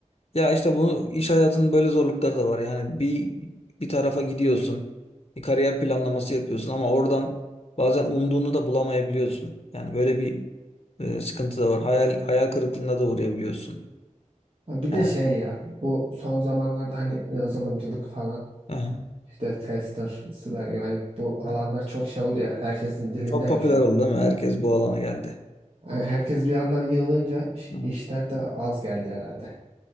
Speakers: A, on the left; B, on the right.
A: Ya işte bunu iş hayatının böyle zorlukları da var. Yani bir bir tarafa gidiyorsun, bir kariyer planlaması yapıyorsun ama oradan bazen umduğunu da bulamayabiliyorsun. Yani böyle bir e, sıkıntı da var. Hayal hayal kırıklığına da uğrayabiliyorsun.
B: Ha, Bir
A: Yani
B: de şey ya bu son zamanlarda hani yazılımcılık falan
A: aha,
B: işte tester, siber güvenlik bu alanlar
A: aha.
B: çok şey oldu ya herkesin dilinde
A: Çok
B: ya
A: popüler
B: şu an.
A: oldu değil mi? Herkes bu alana geldi.
B: Yani herkes bir anda yığılınca iş-
A: Aha.
B: işler de az geldi herhalde.